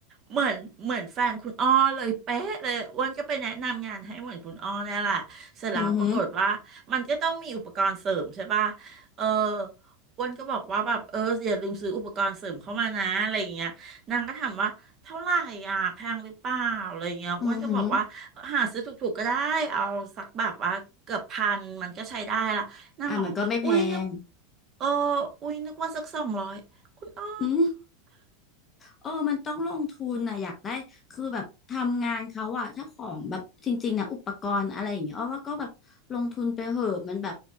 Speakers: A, on the right (about 30°); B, on the left (about 20°).
A: เหมือนเหมือนแฟนคุณอ้อเลยเป๊ะเลยอ้วนก็ไปแนะนำงานให้เหมือนคุณอ้อเนี่ยแหละเสร็จแล้วปรากฏว่ามันก็ต้องมีอุปกรณ์เสริมใช่ป่ะ
B: อือหือ
A: เอออ้วนก็บอกว่าแบบเอออย่าลืมซื้ออุปกรณ์เสริมเข้ามานะอะไรอย่างเงี้ยนางก็ถามว่าเท่าไหร่อ่ะแพงหรือเปล่าอะไรอย่างเงี้ยอ้วนก็บอกว่า
B: อือหือ
A: หาซื้อถูกๆก็ได้เอาสักแบบว่าเกือบพันมันก็ใช้ได้ละนางบอกว่าอุ้ยนึก
B: อ่ะมันก็ไม่แพง
A: เอออุ้ยนึกว่าสักสองร้อยคุณอ้อ
B: อืม เออมันต้องลงทุนนะอยากได้คือแบบทำงานเขาอะถ้าของแบบจริงๆนะอุปกรณ์อะไรอย่างเงี้ยอ้อว่าก็แบบลงทุนไปเหอะมันแบบ